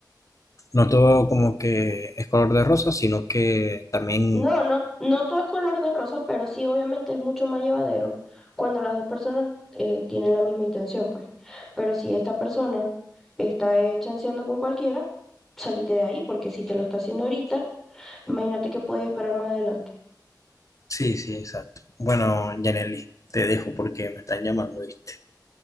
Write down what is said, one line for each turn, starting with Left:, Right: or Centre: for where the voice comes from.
Left: No todo como que es color de rosa, sino que también...
Centre: No, no, no todo es color de rosa, pero sí, obviamente es mucho más llevadero cuando las dos personas eh, tienen la misma intención, pues. Pero si esta persona está eh, chanceando con cualquiera, salite de ahí, porque si te lo está haciendo ahorita, imagínate que podía esperar más adelante.
Left: Sí, sí, exacto. Bueno, Yaneli, te dejo porque me están llamando, ¿viste?